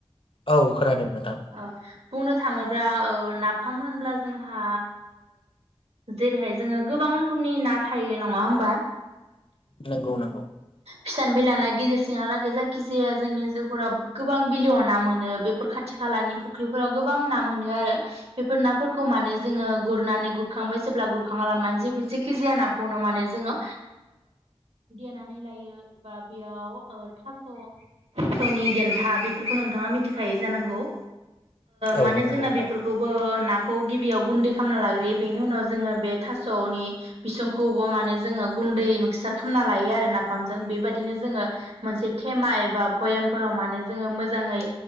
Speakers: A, on the left; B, on the right.
A: औ खोनादों। नोंथां
B: अ बुंनो थाङोब्ला नाफाम होनब्ला जोंहा जेरैहाय जोङो गोबां रोखोमनि ना थायो नङा हबा
A: नंगौ नंगौ।
B: फिसान फैलााना गेजेर सिहालागै जायखि जाया जोंनि जिउफोरााव गोबां बिलेयाव ना मोनो बेफोर खाथि खाथि खालानि फुख्रिफोराव गोबां ना मोनो आरो बेफोर नाफोरखौ माने जोङो गुरनानै गुरखांबाय जेब्ला गुरखांालानानै जे जेखि जाया नाखौनो माने जोङो देनानै लायो बा बेयाव थास' थास'नि देथा बेफोरखौ नोंथाङा मिथिखाय जानांगौ। <unintelligible> माने
A: औ नंगौ
B: जोंना
A: नोंथां
B: बेफोरखौबो ना खौ गिबियाव गुन्दै खालामना लाग्रोयो बेनि उनाव जोङो बे थास'नि बिसंखौबो माने जोङो गुन्दै मिक्सार खालामना लायो आरो नाफामजों बेबायदिनो जोङो मोनसे थेमा एबा भयामफोराव माने जोो मोजाङै